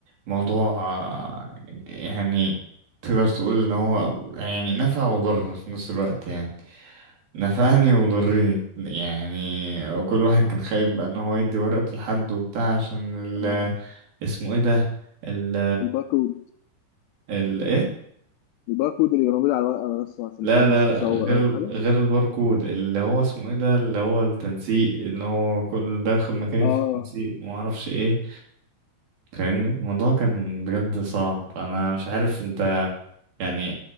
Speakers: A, on the right; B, on the left.
A: موضوع آه، يعني تقدر تقول ان هو يعني نفع وضر في نفس الوقت يعني نفعني وضرني يعني كل واحد كان خايف بقى ان هو يدي ورقته لحد وبتاع عشان
B: اه
A: ال اسمه ايه ده ال
B: الباركود
A: ال ايه
B: الباركود اللي كان موجود على الورقه نفسه عشان
A: لا
B: محدش
A: لا
B: يصور
A: لا غير
B: او
A: ال-
B: حاجه
A: غير الباركود اللي هو اسمه ايه ده اللي هو التنسيق ان هو كل ده ياخد مكاني
B: اه
A: في التنسيق وما اعرفش ايه فاهمني الموضوع كان بجد صعب انا مش عارف انت يعني